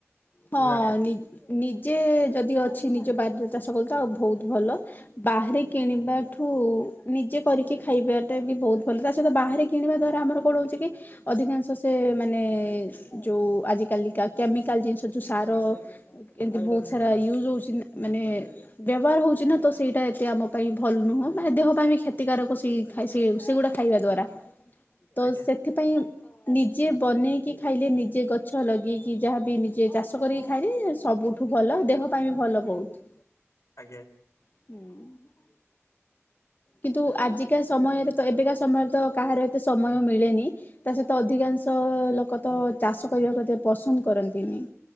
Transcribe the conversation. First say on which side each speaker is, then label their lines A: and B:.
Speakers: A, on the left (about 40°); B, on the left (about 80°).
A: ହଁ
B: ମୁଁ ଜାଣିବାରେ।
A: ନି ନିଜେ ଯଦି ଅଛି ନିଜ ବାରିରେ ଚାଷ କଲେ ତ ଆ ବହୁତ ଭଲ ବାହାରେ କିଣିବାଠୁ
B: ଆଜ୍ଞା
A: ଠୁ ନିଜେ କରିକି ଖାଇବାଟା ବି ବହୁତ ଭଲ ତା ସହିତ ବାହାରେ କିଣିବା ଦ୍ଵାରା ଆମର କଣ ହଉଛି ନା ଅଧିକାଂଶ ସେ ମାନେ ଯୋଉଁ ଆଜିକାଲିକା କେମିକାଲ ସେ ଯେଉଁ ସାର ଏମିତି ବହୁତ
B: ଆଜ୍ଞା
A: ସାରା ୟୁଜ୍ ହେଉଛି ମାନେ ବ୍ୟବହାର ହଉଛି ନା, ତ ସେଇଟା ଏତେ ଆମ ପାଇଁ ଭଲ ନୁହଁ ମାନେ ଦେହ ପାଇଁ ବି କ୍ଷତିକାରକ ସେଇ ଖାଇ ସେ ସେଗୁଡ଼ା ଖାଇବା ଦ୍ୱାରା। ତ
B: ଆଜ୍ଞା
A: ସେଥିପାଇଁ ନିଜେ ବନେଇକି ଖାଇଲେ ନିଜେ ଗଛ ଲଗେଇକି ଯାହାବି ନିଜେ ଯିଏ ଚାଷ କରିକି ଖାଇଲେ ସବୁଠୁ ଭଲ ଦେହ ପାଇଁ ବି ଭଲ ବହୁତ।
B: ଆଜ୍ଞା।
A: ହୁଁ। କିନ୍ତୁ ଆଜିକା ସମୟରେ ତ ଏବେକା ସମୟରେ ତ କାହାର ଏତେ ସମୟ ମିଳେନି ତା ସହିତ ଅଧିକାଂଶ ଲୋକ ତ ଚାଷ କରିବାକୁ ଏତେ ପସନ୍ଦ କରନ୍ତିନି।